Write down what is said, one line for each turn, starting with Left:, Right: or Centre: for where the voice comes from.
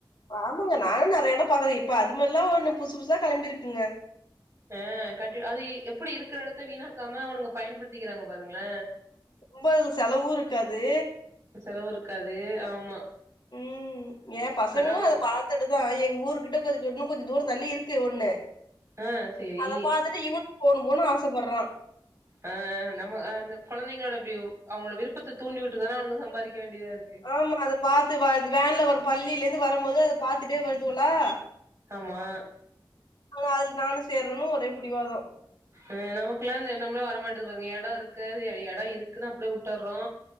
Left: ஆமாங்க நானு நெறைய இட பாக்குற இப்ப அதுமாதிரில்லா ஒன்னு புதுசு புதுசா கெளம்பி இருக்குங்க
Right: ஆ கண்டி அது எப்டி இருக்கிற இடத்த வீணாக்காம அவனுங்க பயன்படுத்திக்கிறாங்க பாருங்கள
Left: ரொம்ப அதுல செலவு இருக்காது
Right: செலவு இருக்காது ஆ ஆமா
Left: ம் ஏன் பசங்களு
Right: அவன்
Left: அத பாத் துட்டு தா எங்க ஊரு கிட்ட கொஞ்ச இன்னு கொஞ்ச தூர தள்ளி இருக்கு ஒண்ணு
Right: ஆ சேரி
Left: அத பாத்துட்டு இவனு போணு போணு ஆசப்பட்றா
Right: ஆ நம்ம அந்த கொழந்தைங்களோட அப்டி அவுங்களோட விருப்பத்த தூண்டி விட்டுதான அவனுங்க சம்பாதிக்க வேண்டியதா இருக்கு
Left: ஆமா அத பாத்து வேன்ல வரு பள்ளியில இருந்து வரும்போது அத பாத்துட்டே வருதுவோலா
Right: ஆமா
Left: அதுல நானு சேரனுன்னு ஒரே பிடிவாதம்
Right: அ நமக்குல்லா இந்த என்னம்லா வர மாட்டது பாருங்க இட இருக்கு இட இருக்குன்னு அப்டியே வுட்டுறோ